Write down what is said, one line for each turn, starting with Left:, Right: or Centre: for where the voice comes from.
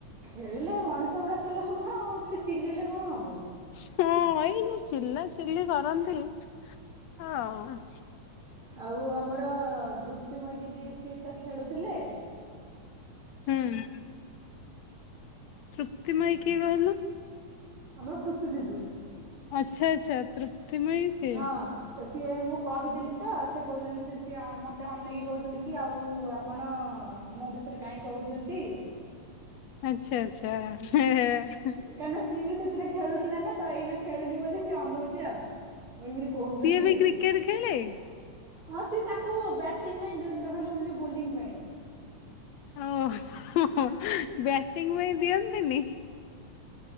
Right: ଖେଳିଲେ ମଣିଷ ଗୁଡା ଖେଳିଲେ ହବ ନା ଆଉ ଏମିତି ଚିଲେଇଲେ କଣ ହବ।
Left: ହଁ ଏଇ ଯୋଉ ଚିଲା ଚିଲି କରନ୍ତି ହଁ।
Right: ଆଉ ଆମର ଦୃପ୍ତିମୟୀ ଦିଦି ସିଏ ତ ଖେଳୁଥିଲେ।
Left: ହୁଁ। ତୃପ୍ତିମୟୀ କିଏ କହିଲୁ?
Right: ଆମର ଖୁସି ଦିଦି।
Left: ଆଚ୍ଛା ଆଚ୍ଛା ତୃପ୍ତିମୟୀ। ସିଏ
Right: ହଁ। ସିଏ ମୁଁ କହିଥିଲି ତ ସେଏ କହୁଛନ୍ତି ସିଏ ମତେ ଅନେକି କହୁଛନ୍ତି କି ଆଉଆପ୍ ଆପଣ ମୋ ବିଷୟରେ କାହିଁ କହୁଛନ୍ତି।
Left: ଆଚ୍ଛା, ଆଚ୍ଛା ହେଁ।
Right: କାହିଁକିନା ସିଏ ବି ସେଥିରେ ଖେଳୁଥିଲା ନା ତ ଏଇନା ଖେଳୁନି ବୋଲି ସିଏ ଅନଉଚୁ ଆଉ। ଏମିତି କହୁଛନ୍ତି।
Left: ସିଏ ବି କ୍ରିକେଟ ଖେଳେ?
Right: ହଁ ସିଏ ତାକୁ ବ୍ୟାଟିଂ ପାଇଁ ଦିଅନ୍ତିନି, ତାକୁ ଖାଲି ଓନ୍ଲି ବୋଲି ପାଇଁ।
Left: ଓ ହଁ, ହଁ। ବ୍ୟାଟିଂ ପାଇଁ ଦିଅନ୍ତିନି।